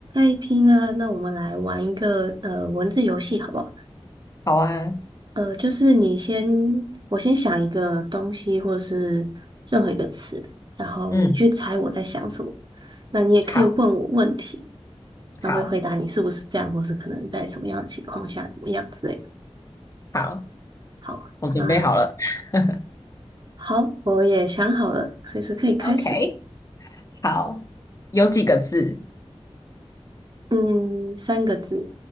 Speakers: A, on the right (about 45°); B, on the left (about 30°).
A: 一 t 呢？那我们来玩一个呃文字游戏，好不好？
B: 好啊，
A: 呃，就是你先，我先想一个东西，或是任何一个词，然后你去猜我在想什么。
B: 嗯，
A: 那你也可以问我问题，
B: 好，
A: 然后会回答你是不是这样，
B: 好，
A: 或是可能在什么样的情况下怎么样之类的。
B: 好，
A: 好，
B: 我准备好了。
A: 那
B: <laughs>
A: 好，我也想好了，随时可以开始。
B: ，OK，好，有几个字？
A: 嗯，三个字，